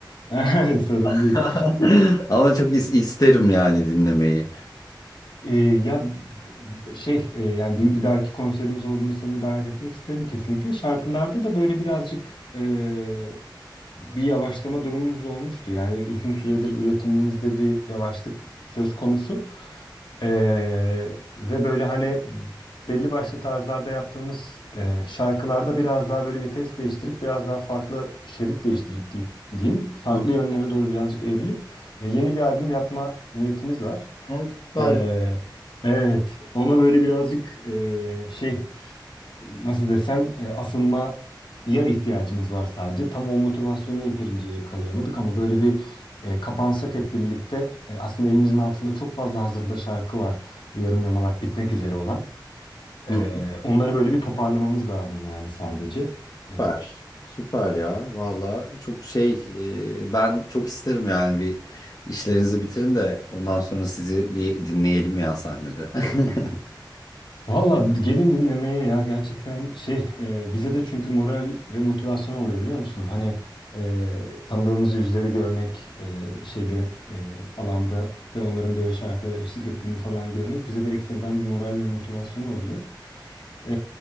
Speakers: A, on the left (about 80°); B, on the left (about 50°).
A: <laughs> Sorun
B: <laughs>
A: değil.
B: Ama çok is- isterim yani dinlemeyi.
A: E, ya b- şey e, yani bir, bir dahaki konserimiz olduğunda seni de davet etmek isterim kesinlikle. Şarkılarda da böyle birazcık e, bir yavaşlama durumumuz olmuştu. Yani uzun süredir üretimimizde bir yavaşlık söz konusu. Ee, ve böyle hani belli başlı tarzlarda yaptığımız e, şarkılarda biraz daha böyle vites değiştirip biraz daha farklı şerit değiştirip deyip, diyeyim farklı
B: Hı.
A: yönlere doğru birazcık evrilip e, yeni bir albüm yapma niyetimiz var.
B: O süper.
A: Ee, evet ona böyle birazcık e, şey nasıl desem e, asılmaya ihtiyacımız var sadece. Tam o motivasyonu yeterince yakalayamadık ama böyle bir e, kapansak hep birlikte e, aslında elimizin altında çok fazla hazırda şarkı var. Yarım yamalak bitmek üzere olan.
B: Hı
A: E, onları böyle bir toparlamamız lazım yani sadece. E,
B: Süper. Süper ya. Valla çok şey e, ben çok isterim yani bir işlerinizi bitirin de ondan sonra sizi bir dinleyelim ya sahnede. <laughs>
A: Valla gelin dinlemeye ya gerçekten şey e, bize de çünkü moral ve motivasyon oluyor biliyor musun? Hani e, tanıdığımız yüzleri görmek e, şeyde e, alanda ve onların böyle şarkılara eşlik ettiğini falan görmek bize de ekstradan bir moral ve motivasyon oluyor. E,